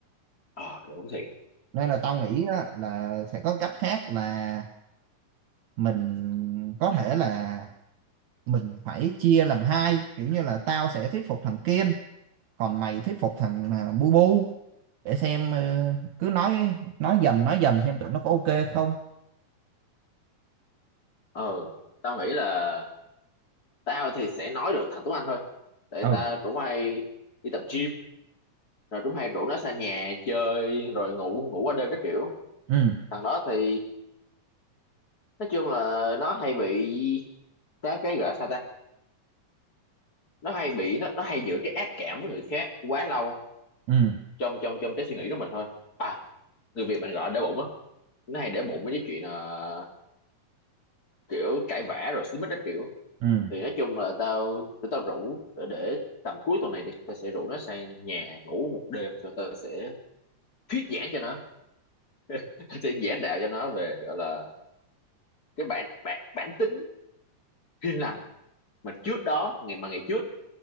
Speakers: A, on the left; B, on the right.
A: ờ đúng thiệt
B: nên là tao nghĩ á, là sẽ có cách khác là mình có thể là mình phải chia làm hai kiểu như là tao sẽ thuyết phục thằng kiên còn mày thuyết phục thằng à, bu bu để xem ờ, cứ nói nói dần nói dần xem tụi nó có ok không
A: ờ tao nghĩ là tao thì sẽ nói được thành Tuấn Anh thôi tại
B: ừ
A: tao cũng hay đi tập gym rồi Trúc hay rủ nó sang nhà chơi rồi ngủ ngủ qua đêm các kiểu
B: ừ
A: thằng đó thì nói chung là nó hay bị cái cái gọi là sao ta nó hay bị nó nó hay giữ cái ác cảm với người khác quá lâu
B: ừ
A: trong trong trong cái suy nghĩ của mình thôi à người Việt mình gọi là để bụng á nó hay để bụng mấy cái chuyện là kiểu cãi vã rồi xích mích các kiểu
B: ừ
A: thì nói chung là tao tụi tao rủ để, để tầm cuối tuần này đi tao sẽ rủ nó sang nhà ngủ một đêm rồi tao sẽ thuyết giảng cho nó <laughs> tao sẽ giảng đạo cho nó về gọi là cái bản bản bản tính hiền lành mà trước đó ngày mà ngày trước